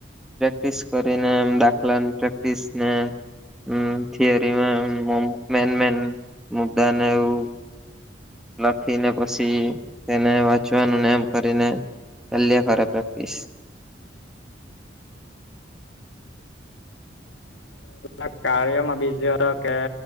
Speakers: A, in the centre; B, on the left.
A: પ્રેક્ટિસ કરીને એમ દાખલા પ્રેક્ટિસ ને હ થિરીમાં મે મે મુ્દાને એવું લખીને પછી તેને વાંચવાનું નામ કરીને એલ્ કરે પ્રેક્ટિસ
B: એ કાર્યમાંજ કે